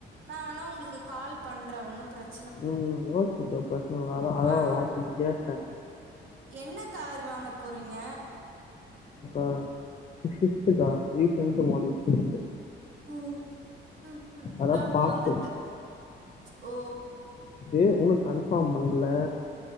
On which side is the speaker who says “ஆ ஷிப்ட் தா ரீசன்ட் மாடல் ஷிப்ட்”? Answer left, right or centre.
Left